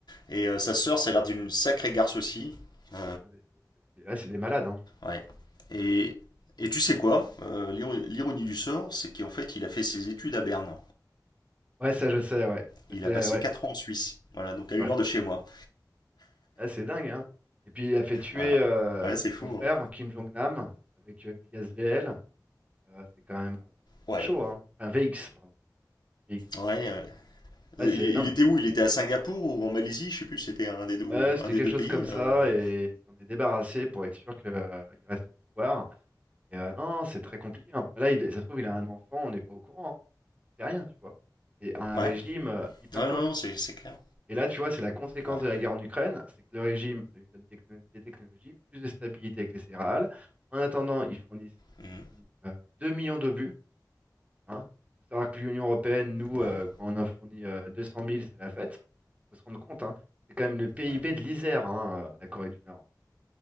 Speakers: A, on the left; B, on the right.
A: Et euh, sa sœur, ça a l'air d'une sacrée garce aussi. Euh,
B: Ah, mais c'est ah, c'est des malades, hein.
A: ouais. Et, et tu sais quoi? Euh, l'iro- l'ironie du sort, c'est qu'en fait, il a fait ses études à Berne.
B: Ouais, ça je sais, ouais.
A: Il
B: Ah, C'est
A: a
B: la-
A: passé
B: ouais,
A: 4 ans en Suisse. Voilà, donc
B: c'est
A: à une
B: vrai.
A: heure de chez moi.
B: Ah, c'est dingue, hein. Et puis il a fait tuer
A: Voilà.
B: euh,
A: Ouais, c'est fou,
B: son frère,
A: hein.
B: Kim Jong-nam, avec euh, du gaz VL. Euh, c'est quand même euh,
A: Ouais.
B: c'est chaud, hein. Un VX, pardon. VX,
A: Ouais.
B: c'est pas du-
A: euh,
B: Ah,
A: Il,
B: c'est
A: il
B: énorme.
A: était où? Il était à Singapour ou en Malaisie? Je sais plus, c'était un des deux, ou
B: Ouais, c'était
A: un des
B: quelque
A: deux
B: chose
A: pays.
B: comme ça,
A: euh.
B: et il s'en est débarrassé pour être sûr qu'il reste au pouvoir. Et euh, non, c'est très compliqué. hein. Là, il, ça se trouve, il a un enfant, on n'est pas au courant. hein. C'est rien, tu vois. C'est un
A: Ouais.
B: régime euh, hyper
A: Non,
B: clos.
A: non, non, c'est c'est clair.
B: Et là, tu vois, c'est la conséquence
A: Ouais.
B: de la guerre en Ukraine, c'est que le régime, ça lui donne des, techno- des technologies, plus de stabilité avec les céréales. En attendant, ils fournissent,
A: Mhm.
B: ils ont fourni euh, 2 millions d'obus Hein. Faut savoir que l'Union européenne, nous,
A: Ouais.
B: euh, quand on en fournit euh, 200 000, c'est la fête. Faut se rendre compte, hein. C'est quand même le PIB
A: Ouais.
B: de l'Isère, hein, euh, la Corée du Nord.